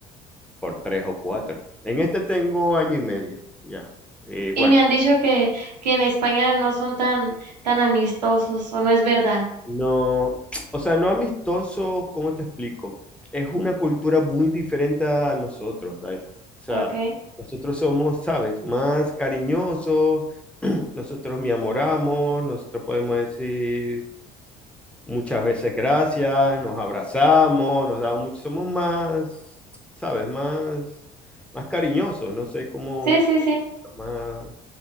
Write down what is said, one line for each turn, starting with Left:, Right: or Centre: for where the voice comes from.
Centre: por tres o cuatro. En este tengo año y medio, ya. Eh, bueno.
Right: Y me han dicho que, que en España no son tan, tan amistosos, o no es verdad,
Centre: No, o sea, no amistoso, ¿cómo te explico? Es una cultura muy diferente a nosotros, Daira. O sea,
Right: ok.
Centre: nosotros somos, ¿sabes? Más cariñosos, <clears throat> nosotros me amoramos, nosotros podemos decir muchas veces gracias, nos abrazamos, nos damos mucho, somos más, ¿sabes? Más, más cariñosos, no sé cómo,
Right: Sí, sí, sí.
Centre: más,